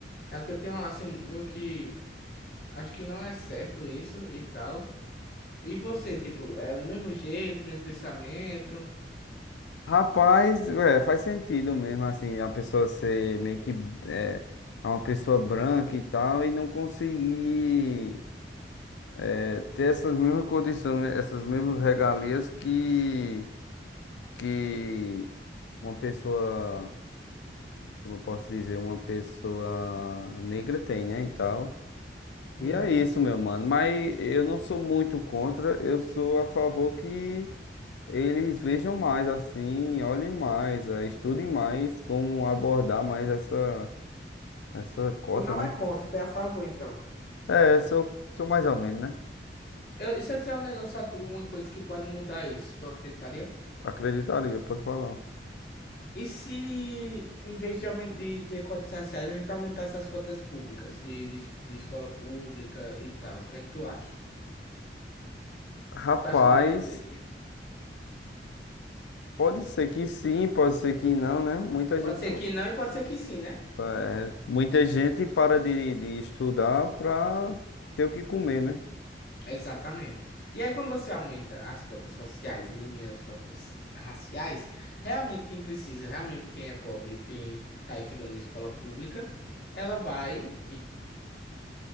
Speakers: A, on the left; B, on the left.
A: É algo que eu tenho, assim, um- meio que. Acho que não é certo isso e tal. E você, tipo, é o mesmo jeito, mesmo pensamento.
B: Rapaz, é, faz sentido mesmo, assim, a pessoa ser meio que é, é uma pessoa branca e tal, e não conseguir é, ter essas mesmas condições, essas mesmas regalias que, que uma pessoa. como eu posso dizer, uma pessoa negra tem, né, e tal.
A: Uhum.
B: E é isso, meu mano. Mas eu não sou muito contra, eu sou a favor que eles vejam mais assim, olhem mais, eh, estudem mais como abordar mais essa, essa cota,
A: Tu não
B: né?
A: é contra, tu é a favor, então.
B: É, sou, sou mais ou menos, né?
A: Eu, e se eu disser um negócio a tu, uma coisa que pode mudar isso, tu acreditaria?
B: Acreditaria, pode falar.
A: E se, em vez de, aumen- de ter cotas raciais, a gente aumentasse as cotas públicas, de, de, es- de escola pública e tal? O que é que tu acha?
B: Rapaz,
A: Tu acha que resolveria?
B: pode ser que sim, pode ser que não, né? Muita gente,
A: Pode ser
B: po-
A: que não e pode ser que sim, né?
B: eh, muita gente para de, de estudar para ter o que comer, né?
A: Exatamente. E aí, quando você aumenta as cotas sociais e diminui as cotas raciais, realmente quem precisa, realmente quem é pobre, quem está estudando em escola pública, ela vai